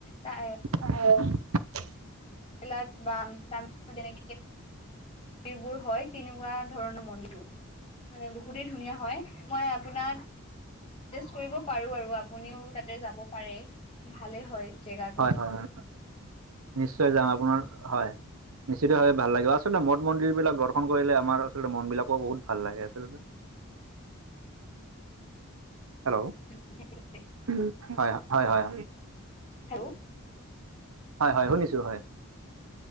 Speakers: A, on the left; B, on the right.
A: ত
B: অ' <unintelligible>
A: কেৰালাত বা <unintelligible> মন্দিৰ বোৰ হয় তেনেকুৱা ধৰণৰ মন্দিৰটো। মানে বহুতেই ধুনীয়া হয় মই আপোনাক চাজেচ কৰিব পাৰোঁ আৰু আপুনিও তাতে যাব পাৰে ভালে হয়। জেগাটো
B: হয়, হয়, হয় নিশ্চয় যাম, আপোনাৰ হয়। নিশ্চিতভাৱে ভাল লাগিব আচলতে মন্দ মন্দিৰবিলাক দৰ্শন কৰিলে আমাৰ আচলতে মন বিলাক বহুত ভাল লাগে আচলতে। <inaudible>
A: <inaudible>
B: হেল্ল'।
A: হ <unintelligible>
B: উম হয়, হয়, হয়, হয়, হয়।
A: হেল্ল'।
B: হয়, হয় শুনিছোঁ হয়।